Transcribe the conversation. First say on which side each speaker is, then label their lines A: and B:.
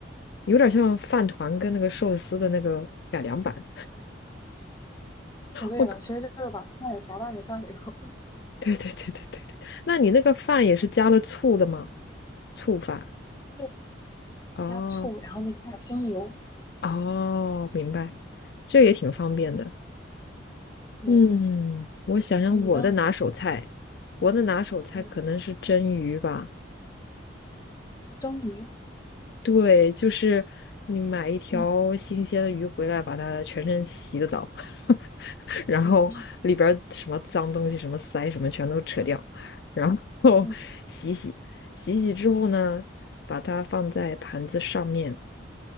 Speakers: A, on the left; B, on the left.
A: 有点儿像饭团跟那个寿司的那个改良版。
B: 省略了，
A: 我感
B: 其实就是把菜夹到米饭里头，
A: 对对对对对对，那你那个饭也是加了醋的吗？醋饭。
B: 对，
A: 哦
B: 加醋，然后再加点香油，
A: 哦，明白，这也挺方便的。
B: 嗯，对，
A: 嗯，我想想我的拿手菜，
B: 你呢？
A: 我的拿手菜可能是蒸鱼吧。
B: 嗯，蒸鱼，
A: 对，就是你买一条新鲜的鱼回来，
B: 嗯
A: 把它全身洗个澡，<laughs> 然后里边儿什么脏东西、
B: 嗯
A: 什么鳃什么全都扯掉，然后
B: 嗯
A: <laughs> 洗洗，洗洗之后呢，把它放在盘子上面，